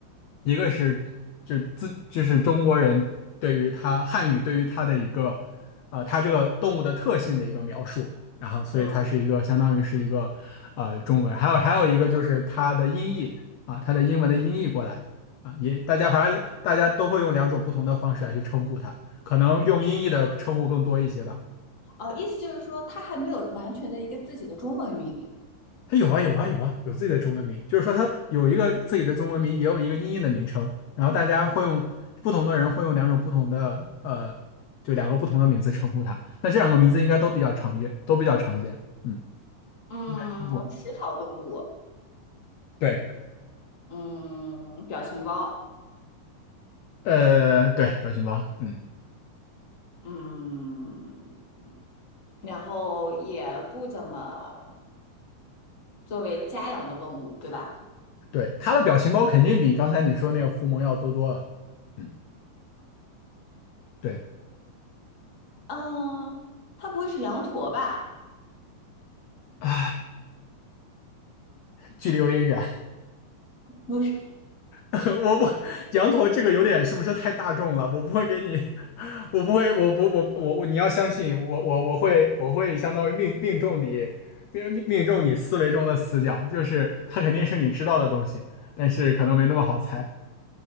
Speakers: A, on the left; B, on the left.
A: 一个是就自就是中国人对于它汉语对于它的一个呃它这个动物的特性的一个描述，然后所以它是一个相当于是一个呃中文，
B: 嗯，
A: 还有还有一个就是它的音译啊，它的英文的音译过来啊，也大家反正大家都会用两种不同的方式来去称呼它，可能用音译的称呼更多一些吧。
B: 意思呃意思就是说他还没有完全的一个自己的中文名。
A: 它有啊有啊有啊，有自己的中文名，就是说它有一个自己的中文名，也有一个音译的名称，然后大家会用不同的人会用两种不同的呃，就两个不同的名字称呼它。那这两个名字应该都比较常见，都比较常见，嗯，
B: 嗯，
A: 应该听过。
B: 食草动物。
A: 对，
B: 嗯，表情包。
A: 呃，对，表情包，嗯，
B: 嗯。然后也不怎么作为家养的动物，对吧？
A: 对，它的表情包肯定比刚才你说那个狐獴要多多了，嗯，对，
B: 嗯，它不会是羊驼吧？
A: 啊，距离有点远，
B: 不是，
A: <laughs> 我不，羊驼这个有点是不是太大众了？我不会给你，<laughs> 我不会，我不，我我我，你要相信我，我我会，我会相当于命命中你，命命命中你思维中的死角，就是它肯定是你知道的东西，但是可能没那么好猜。